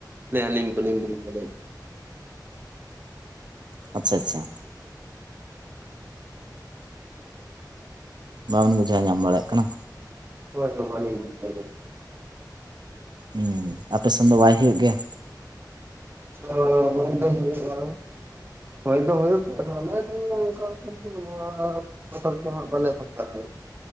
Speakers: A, on the right; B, on the right.
A: <inaudible> ᱟᱞᱤᱧ ᱵᱟᱞᱤᱧ ᱜᱩᱨᱩᱛᱛᱚ ᱞᱮᱫ
B: ᱟᱪᱪᱷᱟ ᱟᱪᱪᱷᱟ ᱵᱟᱵᱤᱱ ᱵᱩᱡᱷᱟᱹᱣ ᱧᱟᱢ ᱫᱟᱲᱮᱭᱟᱜ ᱠᱟᱱᱟ
A: ᱦᱳᱭ ᱦᱳᱭ ᱵᱟᱞᱤᱧ ᱵᱩᱡ ᱫᱟᱲᱮᱭᱟᱜ
B: ᱦᱩᱸ ᱟᱯᱮᱥᱮᱱ ᱫᱚ ᱵᱟᱭ ᱦᱩᱭᱩᱜ ᱜᱮᱭᱟ
A: ᱚᱻ ᱦᱩᱭ ᱫᱚ ᱦᱩᱭᱩᱜᱼᱟ ᱦᱳᱭ ᱫᱚ ᱦᱩᱭᱩᱜ ᱟᱫᱚ ᱱᱚᱝᱠᱟ <inaudible> ᱱᱚᱣᱟ ᱦᱚᱴᱟᱫ ᱫᱚ ᱦᱟᱸᱜ ᱵᱟᱞᱮ ᱯᱟᱛᱟ ᱟ